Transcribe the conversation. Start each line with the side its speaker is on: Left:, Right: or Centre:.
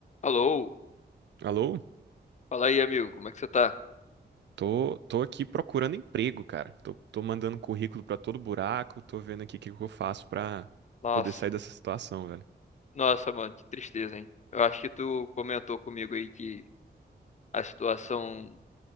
Left: Alô,
Right: Alô?
Left: fala aí, amigo, como é que você tá?
Right: Tô, tô aqui procurando emprego, cara. Tô, tô mandando currículo pra todo buraco, tô vendo aqui o que que eu faço pra
Left: Nossa,
Right: poder sair dessa situação, velho.
Left: nossa, mano, que tristeza, hein? Eu acho que tu comentou comigo aí que a situação